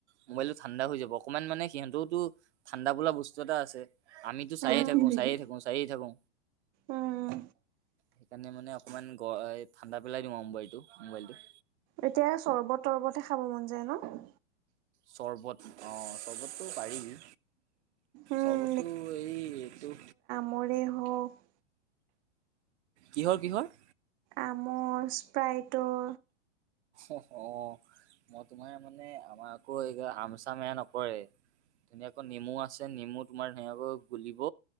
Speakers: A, on the right (about 70°); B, on the right (about 25°).
A: মোবাইলতটো ঠাণ্ডা হৈ যাব অকণমান মানে সিহঁতওতো ঠাণ্ডা বোা বস্তু এটা আছে। আমিতো
B: এতিয়া
A: চায়ে থাকো
B: কি নেমু?
A: চায়ে থাকো চায়ে থাকো।
B: উম
A: সেইকাৰণে মানে অকণমান গ ঠাণ্ডা পেলাই দিওঁ আৰু মোবাইলটো মোবাইল টো।
B: এতিয়া চৰ্বত তৰ্বতহে খাব মন যায় ন'।
A: চৰ্বত অ' চৰ্বততটো পাৰি।
B: উম
A: চবতো এই এইটো
B: মৰে হওক
A: কিহৰ কিহৰ
B: আম স্প্ৰাইটৰ
A: অ', অ' মই তোমাৰ মানে আমাৰ আকৌ এই হাম চাম এয়া নকৰে ধুনীয়াকৈ নেমু আছে নেমু তোমাৰ ধুনীয়াকৈ গুলিব